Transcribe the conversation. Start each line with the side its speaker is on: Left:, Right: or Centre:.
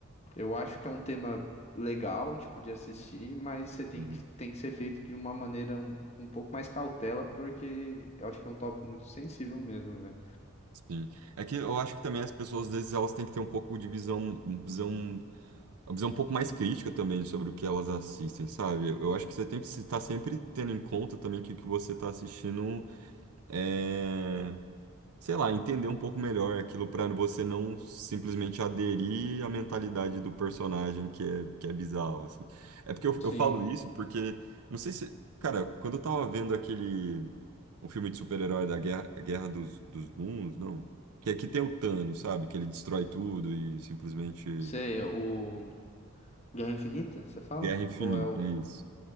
Left: eu acho que é um tema legal, tipo, de assistir, mas você tem
Right: uhum,
Left: que, tem que ser feito de uma maneira um, um pouco mais cautela, porque eu acho que é um tópico muito sensível mesmo, velho.
Right: sim. É que eu acho que também as pessoas, às vezes, elas têm que ter um pouco de visão, visão, uma visão um pouco mais crítica também sobre o que elas assistem, sabe? Eu acho que você tem que estar sempre tendo em conta também que o que você está assistindo é sei lá, entender um pouco melhor aquilo pra você não simplesmente aderir à mentalidade do personagem que é, que é bizarro, assim. É porque eu,
Left: Sim.
Right: eu falo isso porque, não sei se, cara, quando eu tava vendo aquele, um filme de super-herói da Guerra, Guerra dos, dos Mundos, não, que aqui tem o Thanos, sabe, que ele destrói tudo e simplesmente
Left: Você, o Guerra Infinita, você fala?
Right: guerra infinita,
Left: Ou é o.
Right: isso